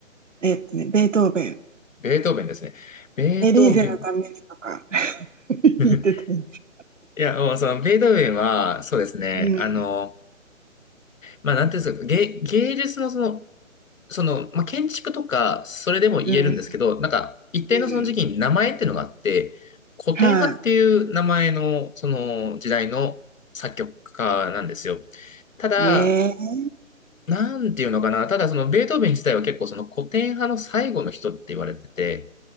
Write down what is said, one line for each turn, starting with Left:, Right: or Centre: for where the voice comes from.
Right: えっとね、ベートーベン、
Left: ベートーベンですね。ベートーベン。
Right: エリーゼのためにとか <laughs>
Left: <laughs>
Right: 言ってたんです。
Left: いや、もうそのベートーベンは、そうですね。
Right: うん、
Left: あの、まあ、なんていうんですか、芸、芸術のその、その、まあ、建築とか、それでも言えるんですけど、
Right: うん、
Left: なんか、一定のその時期に名前っていうのがあって、
Right: うん。
Left: 古典派っていう名前の、
Right: は
Left: その時代の作曲家なんですよ。ただ、
Right: い。ねえ。
Left: なんていうのかな。ただそのベートーベン自体は結構その古典派の最後の人って言われてて、